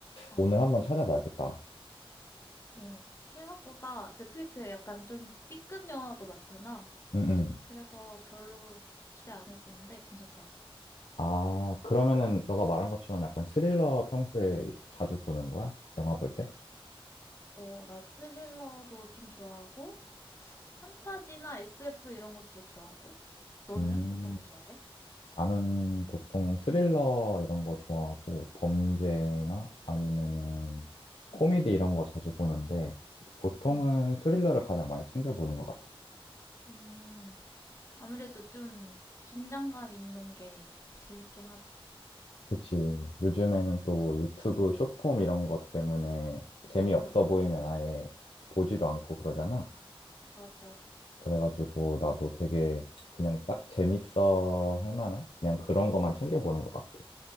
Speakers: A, on the left; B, on the left.
A: 어.
B: 오늘 한번 찾아봐야겠다.
A: 어. 생각보다 넷플릭스에 약간 좀 B급 영화도 많잖아.
B: 응, 응.
A: 그래서 별로 기대 안 했었는데 괜찮더라고.
B: 아, 그러면은
A: 응.
B: 너가 말한 것처럼 약간 스릴러 평소에 이렇게 자주 보는 거야? 영화 볼 때?
A: 어, 나 스릴러도 좀 좋아하고, 판타지나 SF 이런 것도 좋아하고. 너는
B: 음,
A: 어떤 거 좋아해?
B: 나는 보통 스릴러 이런 거 좋아하고 범죄나 아니면은 코미디 이런 거 자주 보는데 보통은
A: 응.
B: 스릴러를 가장 많이 챙겨보는 것 같아.
A: 음, 아무래도 좀 긴장감 있는 게 재밌긴 하지.
B: 그치. 요즘에는
A: 응,
B: 또 유튜브 쇼폼 이런 것 때문에 재미없어
A: 응, 응.
B: 보이면 아예 보지도 않고 그러잖아.
A: 맞아.
B: 그래가지고 나도 되게 그냥 딱 재밌어 할 만한 그냥 그런 것만 챙겨보는 것 같아.